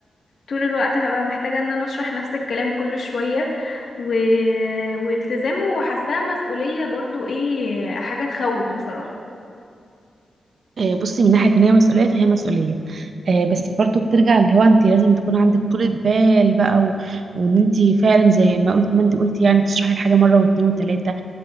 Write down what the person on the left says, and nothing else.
طول الوقت هبقى محتاجه ان انا اشرح نفس الكلام كل شويه و... والتزامه وحاساه مسؤوليه برضو ايه حاجه تخوف بصراحه